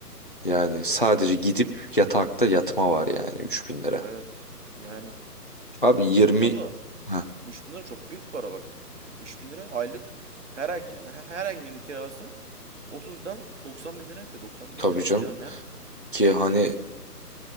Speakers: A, on the left; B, on the right.
A: Yani sadece gidip yatakta yatma var yani üç bin lira.
B: Evet. Yani
A: Abi
B: üç
A: 20
B: bin lira da
A: ha
B: 3000 lira çok büyük para bak. üç bin lira aylık her ay her, her ay günü kiralasa 30'dan 90 bin lira yapıyor. 90
A: tabii
B: bin lira
A: canım
B: kira ne?
A: ki hani